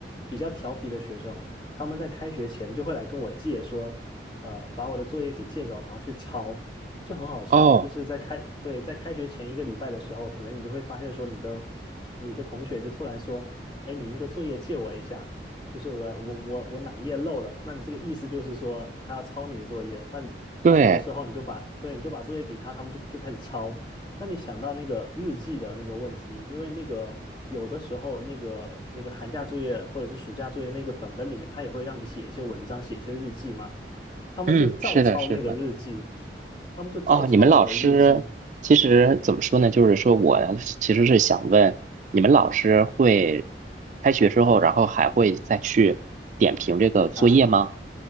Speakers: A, on the left; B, on the right.
A: 比较调皮的学生，他们在开学前就会来跟我借说，呃，把我的作业给借走，然后去抄，就很好笑。
B: 哦，
A: 就是在开，对，在开学前一个礼拜的时候，可能你就会发现说，你的你的同学就突然说，哎，你那个作业借我一下。就是我我我我哪一页漏了，那你这个意思就是说他要抄你的作业，那那有的时候你就把，
B: 对，
A: 对，你就把作业给他，他们就就开始抄。那你想到那个日记的那个问题，因为那个有的时候那个那个寒假作业或者是暑假作业那个本本里面，他也会让你写一些文章，写一些日记嘛，他们就照抄那个日记，
B: 嗯，是的，是的。
A: 他们就照抄我的日记
B: 哦，你们老师其实怎么说呢？就是说我其实是想问，你们老师会开学之后，然后还会再去点评这个作业吗？
A: 检查。